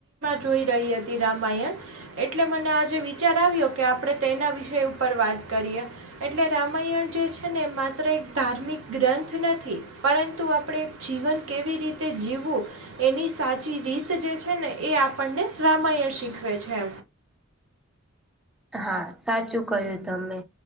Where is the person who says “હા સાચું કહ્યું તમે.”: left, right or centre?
Centre